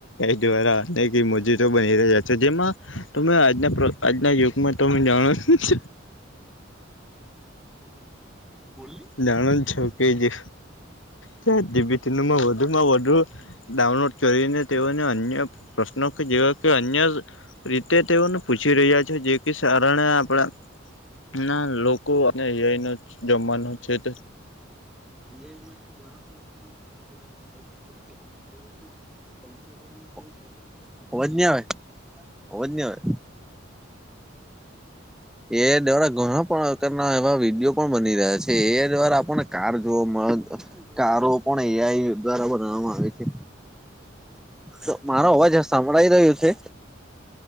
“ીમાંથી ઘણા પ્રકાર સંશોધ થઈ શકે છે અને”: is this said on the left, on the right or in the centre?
Centre